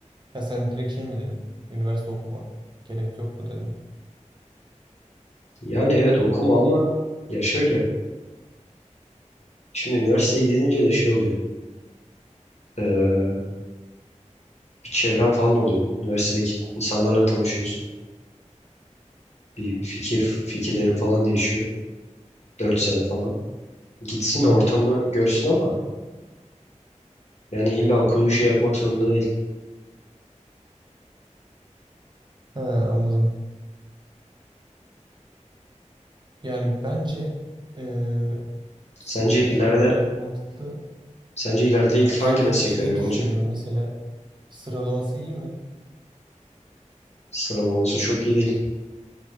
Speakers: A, on the right (about 35°); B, on the left (about 60°).
A: Ha sen direkt şey mi dedin? Üniversite okuma. Gerek yok mu dedin?
B: Yani evet okuma ama ya şöyle. Şimdi üniversiteye gidince de şey oluyor. Ee, bir çevren falan oluyor. Üniversitedeki insanlarla tanışıyorsun. Bir fikir, fikirlerin falan değişiyor. dört sene falan. Gitsin
A: Hı hı.
B: ortamı görsün ama yani illa okuduğu şey yapmak zorunda değil.
A: Ha, anladım. Yani bence eee, senin
B: Sence
A: dediğin
B: ileride
A: biraz mantıklı.
B: sence ileride
A: Ya
B: ilk
A: şeyi
B: hangi meslekler
A: şeyi
B: yok
A: düşünüyorum
B: olacak?
A: mesela sıralaması iyi mi?
B: Sıralaması çok iyi değil.